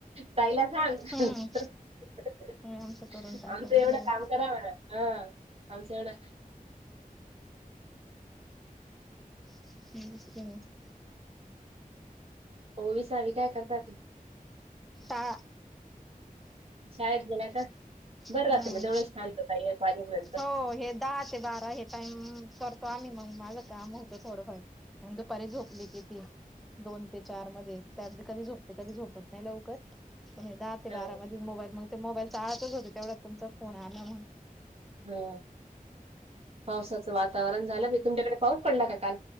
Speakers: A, on the right (about 40°); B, in the centre.
A: ताईला सांग.
B: हम्म
A: <unintelligible>
B: तुम्ही आमचं करून टाका
A: आमचं
B: बरोबर
A: एवढं
B: आहे
A: काम करा म्हणाव, हा. आमचं एवढं
B: <unintelligible>
A: ओवी सावी काय करतात?
B: शाळा
A: शाळेत गेल्या का?
B: <unintelligible> <inaudible>
A: बरं
B: हम्म!
A: राहते मग तेवढे शांतता एक वाजेपर्यंत
B: हो, हे दहा ते बारा हे टाईम कर आम्ही मग माझं काम होतं थोडंफार, आणि दुपारी झोपली किती दोन ते चार मध्ये, त्या बी कधी झोपते, कधी झोपत नाही लवकर. पण दहा ते
A: हं,
B: बारामध्येच मोबाईल <unintelligible> मोबाईल चाळतच होते, तेवढा तुमचा फोन आला मग
A: हा, पावसाचं वातावरण झालं, तुमच्याकडे पाऊस पडला का काल?